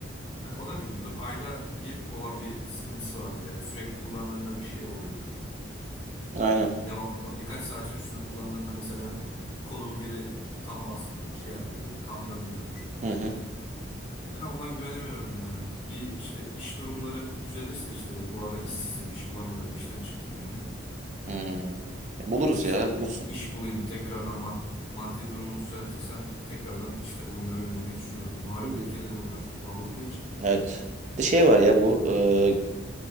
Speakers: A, on the left (about 25°); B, on the right (about 35°).
A: yani o da bilmiyordur. Ayda bir olan bir sıkıntısı vardır yani sürekli kullandığında bir şey oluyordur.
B: Aynen.
A: Devamlı kullan birkaç saatin üstüne kullandığında mesela kolun biri tam basmıyordur, şey yapmıyordur, tam dönmüyordur.
B: Hı hı.
A: Ben ondan güvenemiyorum ya. Bir işte iş durumları düzelirse işte bu ara işsizim, iş bulamıyorum, işten çıktım yeni.
B: Hmm. E, Buluruz
A: İşte
B: ya, bulursun.
A: iş bulayım tekrardan mad- maddi durumu düzeltirsem tekrardan işte oyunlara yönelmeyi düşünüyorum. Malum
B: İyi.
A: ülkede de oyunlar çok pahalı olduğu için.
B: Evet. Bir de şey var ya bu e,